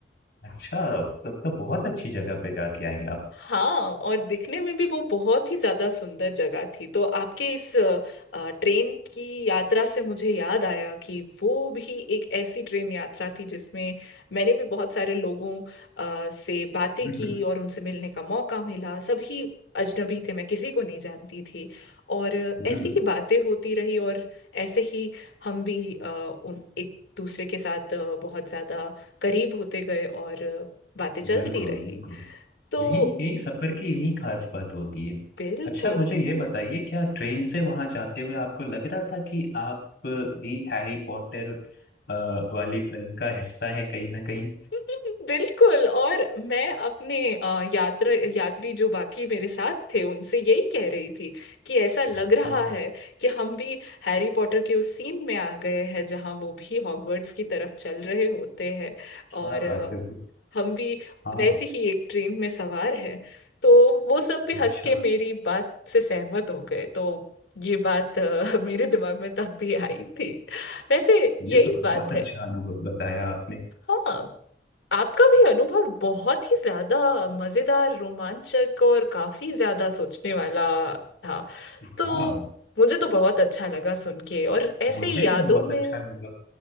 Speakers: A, on the left; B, on the left.
A: अच्छा तब तो बहुत अच्छी जगह पे जाके आएंगे आप
B: हाँ और दिखने में भी वो बहुत ही ज्यादा सुंदर जगह थी तो आपके इस अ, अ, ट्रेन की यात्रा से मुझे याद आया कि वो भी एक ऐसी ट्रेन यात्रा थी जिसमें मैंने भी बहुत सारे लोगों अ, से बातें
A: हम्म
B: की
A: हम्म
B: और उनसे मिलने का मौका मिला सभी अजनबी थे मैं किसी को नहीं जानती थी और
A: हम्म।
B: ऐसी ही बातें होती रही और ऐसे ही हम भी अ, उन एक दूसरे के साथ अ, बहुत ज्यादा करीब होते गए और बातें चलती
A: बिल्कुल
B: रही
A: बिल्कुल
B: तो
A: यही यही सफर की यही खास बात होती है
B: बिल्कुल
A: अच्छा मुझे ये बताइए क्या ट्रेन से वहां जाते हुए आपको लग रहा था कि आप भी हैरी पॉटर अ, वाली फिल्म का हिस्सा है कहीं ना कहीं
B: <laughs> बिल्कुल और मैं अपने अ, यात्रा यात्री जो बाकी मेरे साथ थे उनसे यही कह रही थी कि ऐसा लग
A: हाँ
B: रहा है कि हम भी हैरी पॉटर के उस सीन में आ गए हैं जहां वो भी हॉगवर्ट्स की तरफ चल रहे होते हैं
A: क्या
B: और अ,
A: बात है
B: हम भी
A: हाँ
B: वैसी ही एक ट्रेन में सवार हैं तो वो सब भी
A: अच्छा
B: हंस के मेरी बात से सहमत हो गए तो ये बात अ, मेरे दिमाग में तब भी आई थी वैसे यही
A: ये तो बहुत
B: बात है
A: अच्छा अनुभव बताया आपने
B: हाँ आपका भी अनुभव बहुत ही ज्यादा मजेदार रोमांचक और काफी ज्यादा सोचने वाला था
A: हाँ
B: तो मुझे तो बहुत अच्छा लगा सुन के और ऐसे
A: मुझे
B: ही यादों
A: भी बहुत
B: में
A: अच्छा लगा